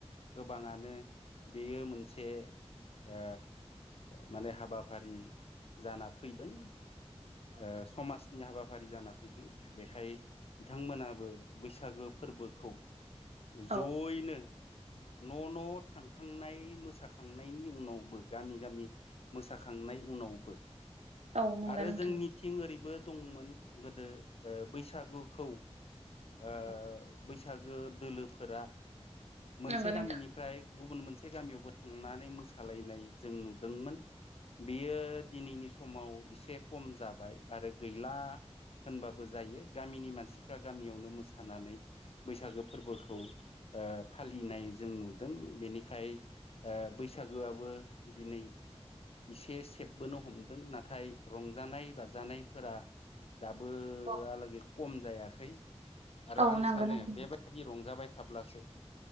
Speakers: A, on the left; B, on the right.
A: गोबाङानो बेयो मोनसे ओ माने हाबाफारि जाना फैदों ओ समाजनि हाबाफारि जाना फैदों बेखाय बिथांमोनाबो बैसागो फोरबोखौ
B: औ
A: जयैनो। न'न' थांखांनाय मोसाखांनायनि उनावबो गामि गामि मोसाखां थांनाय उनावबो
B: औ नंगौ
A: आरो
B: नोंथां
A: जोंनिथिं ओरैबो दंमोन गोदो ओ बैसागुखौ ओ
B: औ
A: बैसागो दोलोफोरा मोनसे
B: नंगौ
A: गामिनिफ्राय
B: नों
A: गुबुन मोनसे गामियावबो थांनानै मोसालायनाय जों नुदोंमोन। बियो दिनैनि समाव एसे खम जाबाय आरो गैला। होनबाबो जायो गामिनि मानसिफ्रा गामियावनो मोसानानै बैसागो फोरबोखौ ओ फालिनाय जों नुदों बेनिखाय ओ बैसागोआबो दिनै इसे सेबबोनो हमदों नाथाय रंजानाय बाजानायफोरा दाबोहालागै
B: औ
A: खशकम जायाखै आरो
B: औ
A: आं
B: नंगौ
A: सानो
B: नोंथां औ नंगौ नोंथां औ नंगौ नोंथां
A: बेबायदि रंजाबाय थाब्लासो